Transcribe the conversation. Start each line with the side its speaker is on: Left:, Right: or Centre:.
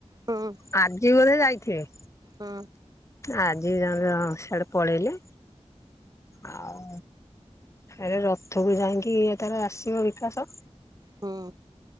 Right: ହୁଁ
Left: ଆଜି ବୋଧେ ଯାଇଥିବେ।
Right: ହୁଁ।
Left: ଆଜି <unintelligible> ସିଆଡେ ପଳେଇଲେ। ଆଉ ହେରେ ରଥକୁ ଯାଇକି ଇଏ ତାର ଆସିବ ବିକାଶ।
Right: ହୁଁ।